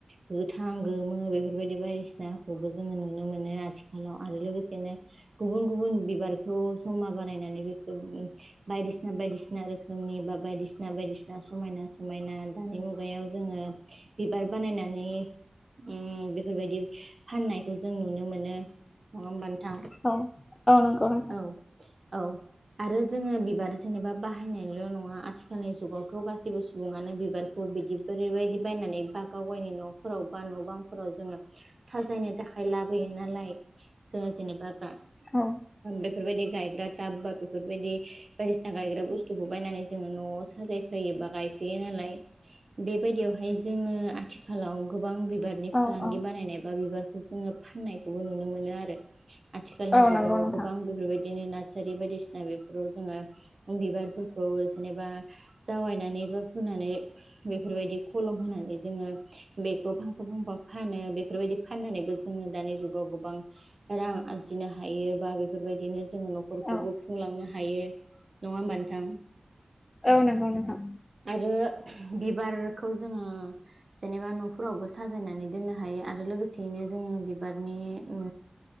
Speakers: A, on the right; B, on the left.
A: गोथां गोमो बेफोरबायदि बायसिनाखौबो जोङो नुनो मोनो आथिखालाव आरो लोगोसेनो गुबुन गुबुन बिबारखौ जमा बानायनानै बेफोर उम बायदिसि सिना बायदिसिना रोखोमनि बा बायदिसिना बायदिसिना समायना समायना दानि मुगायाव जोङो बिबार बानायनानै उम बेफोरबायदि फाननायखौ जों नुनो मोनो नङा होमबा नों थां
B: औ औ नंगौ नोंथां
A: औ -औ आरो जोङो बिबार ज जेनेबा बाहायनायल' नङा आथिखालनि जुगावथ' गासैबो सुबुङानो बिबारखौ बिदि बैरैबायदि बायना नानै बा गावगायनि न'फोराव बा न' बांफोराव जोङो साजायनो थाखाय लाबोयो नालाय जोङो जेनेबा गा
B: औ
A: बेफोरबायदि गायग्रा टाब बा बेफोरबायदि बायदिसिना गायग्रा बुस्थुखौ बायनानै जोङो न'आव साजायफैयो बा गायफैयो नालाय बेबायदियाव हाय जोङो आथिखालाव गोबां बि बारनि
B: औ
A: फालांगि
B: औ
A: बानायनाय बा बिबारखौ जोङो फाननायखौबो नुनो मोनो आरो आथिखालनि
B: औ
A: जुगाव
B: नंगौ नोंथां
A: गोबां बेफोरबायदिनो नाटसारि बायदिसिना बेफोराव जोङो बिबारफोरखौ जेनेबा जावायनानै बो फोनानै बेफोरबायदि खल म होनानै जोङो बेखौ फांफा फांफा फानो बेफोरबायदि फाननानैबो जोङो दानि जुगाव गोबां औ रां आरजिनो हायो बा बेफोरबायदिनो जोङो न'खरखौबो
B: औ
A: खुंलांनो हायो नङा होमबा नोंथां
B: औ नंगौ नोंथां
A: आरो बिबारखौ जोङो जेनेबा न'फोरावबो साजायनानै दोननो हायो आरो लोगोसेयैनो जों उम बिबारनि ओ